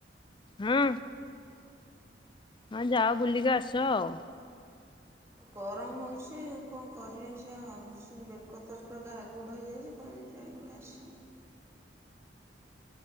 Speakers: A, on the left (about 25°); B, on the right (about 15°).
A: ହୁଁ। ହଁ ଯାଅ ବୁଲିକି ଆସ ଆଉ।
B: ଗରମ ହଉଛି କଣ କରିବି ସେଇଆ ଭାବୁଛି ବେକ ତ ପୁରା ଘା ଘୁଡ ହେଇଯାଇଚି। ପୁଣି ଯାଇଁକି ଆସିବି।